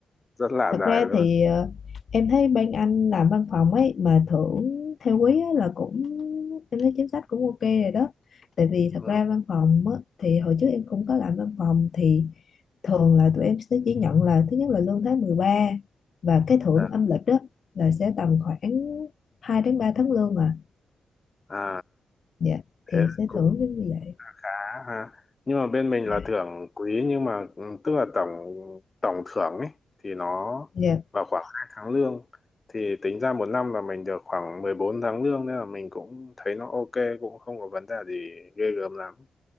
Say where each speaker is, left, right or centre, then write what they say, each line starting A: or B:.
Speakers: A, on the left; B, on the left.
A: rất lạ
B: thật
A: đời
B: ra
A: luôn
B: thì ờ, em thấy bên anh làm văn phòng ấy mà thưởng theo quý á, là cũng em thấy chính sách cũng ok rồi đó tại vì thật
A: ừ.
B: ra văn phòng á, thì hồi trước em cũng có làm văn phòng thì thường là tụi em sẽ chỉ nhận là thứ nhất là lương tháng mười ba và cái thưởng
A: à,
B: âm lịch đó là sẽ tầm khoảng 2 đến 3 tháng lương à
A: à
B: dạ thì
A: thế
B: sẽ
A: cũng
B: thưởng giống như vậy
A: khá ha nhưng mà bên mình
B: dạ
A: là thưởng quý nhưng mà ừ, tức là tổng tổng thưởng ấy thì nó
B: dạ
A: vào khoảng hai tháng lương thì tính ra một năm là mình được khoảng mười bốn tháng lương nên là mình cũng thấy nó ok cũng không có vấn đề gì ghê gớm lắm